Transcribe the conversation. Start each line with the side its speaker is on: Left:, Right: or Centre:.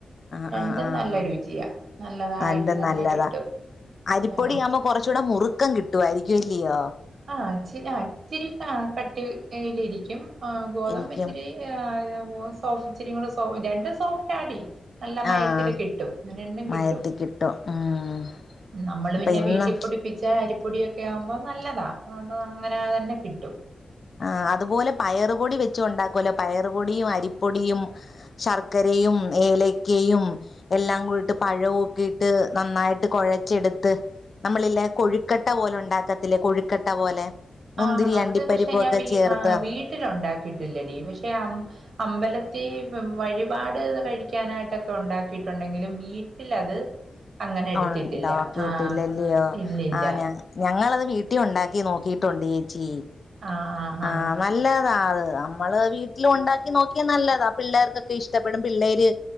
Left: ആ
Right: രണ്ടും
Left: ആ ആഹ
Right: നല്ല രുചിയാ നല്ലതായിട്ട്
Left: രണ്ടും
Right: തന്നെ
Left: നല്ലതാ
Right: കിട്ടും
Left: അരിപ്പൊടി
Right: ആ
Left: ആവുമ്പോൾ കുറച്ചുകൂടെ മുറുക്കം കിട്ടുവായിരിക്കും ഇയ്യോ
Right: ആ ഇച്ചിരി ആ ഇച്ചിരി കട്ടി കട്ടി കട്ടിയിലിരിക്കും ആ ഗോതമ്പ്
Left: ഇരിക്കും
Right: ഇച്ചിരി <unintelligible> സോഫ് ത്തിരികൂടി രണ്ടും സോഫ്റ്റ് ആടി നല്ല മയത്തില്
Left: ആഹ്
Right: കിട്ടും രണ്ടും
Left: മയത്തി
Right: കിട്ടും
Left: കിട്ടും ഉം
Right: നമ്മള്
Left: അപ്പൊ
Right: പിന്നെ
Left: ഇന്ന്
Right: വീട്ടില്പൊടിപ്പിച്ച അരി പൊടിയൊക്കെ ആകുമ്പോൾ നല്ലതാ അത് അങ്ങനെ തന്നെ കിട്ടും
Left: ആ അതുപോലെ പയറുപൊടി വെച്ച് ഉണ്ടാക്കുമല്ലോ പയർപൊടിയും അരിപ്പൊടിയും ശർക്കരയും ഏലക്കയും എല്ലാം കൂടിട്ട് പഴവുംഒക്കെ ഇട്ട് നന്നായിട്ട് കുഴച്ചെടുത്ത് നമ്മളില്ലെ കൊഴുക്കട്ട പോലെ ഉണ്ടാക്കത്തില്ലേ കൊഴുക്കട്ട പോലെ മുന്തിരി
Right: ആ അത്
Left: അണ്ടിപ്പരിപ്പൊക്കെ
Right: പക്ഷ പക്ഷെ ഞാൻ
Left: ചേർത്ത്
Right: വീട്ടില് ഉണ്ടാക്കിയിട്ടില്ലടി പക്ഷെ അമ്പല <inaudible> വഴിപാട് കഴിക്കാനായിട്ടൊക്കെ ഉണ്ടാക്കിയിട്ടുണ്ടെങ്കിലും വീട്ടിലത് അങ്ങനെ എടുത്തിട്ടില്ല
Left: ഉണ്ടോക്കിട്ടില്ലല്ലയോ
Right: ആഹ് ഇല്ലില്ല
Left: ആ ഞ ഞങ്ങളത് വീട്ട ല് ഉണ്ടാക്കി നോക്കിയിട്ടുണ്ട് ചേച്ചി
Right: ആഹ് ആഹ്
Left: ആ
Right: ആഹ്
Left: നല്ലതാ അത് നമ്മള് വീട്ടിൽ ഉണ്ടാക്കി നോക്കിയാ നല്ലതാ ആ പിള്ളേർക്കൊക്കെ ഇഷ്ടപ്പെടും പിള്ളേര്